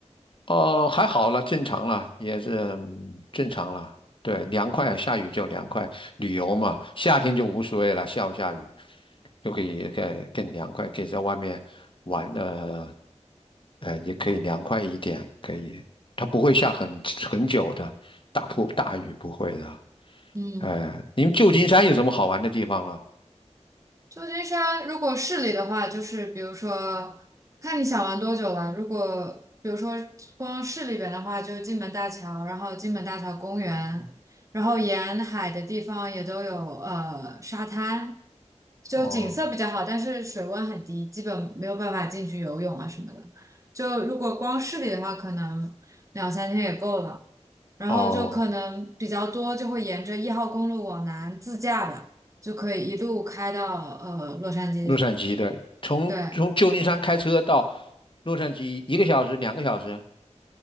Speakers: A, on the left; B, on the right.
A: 哦，还好了，正常了，也是嗯正常了。对，凉快啊，下雨就凉快，旅游嘛，夏天就无所谓了，下不下雨就可以更更凉快，可以在外面玩，呃，呃，也可以凉快一点，可以，它不会下很很久的，大瀑大雨不会的。
B: 嗯。
A: 哎，你们旧金山有什么好玩的地方了？
B: 旧金山如果市里的话，就是比如说，看你想玩多久了。如果比如说光市里边的话，就是金门大桥，然后金门大桥公园，然后沿海的地方也都有呃沙滩，就景色比较好，
A: 哦
B: 但是水温很低，基本没有办法进去游泳啊什么的。就如果光市里的话，可能两三天也够了。然后就可能比较多，
A: 哦，
B: 就会沿着一号公路往南自驾吧。就可以一路开到呃洛杉矶。
A: 洛杉矶的，从从旧金山开车到
B: 对，
A: 洛杉矶一个小时、两个小时。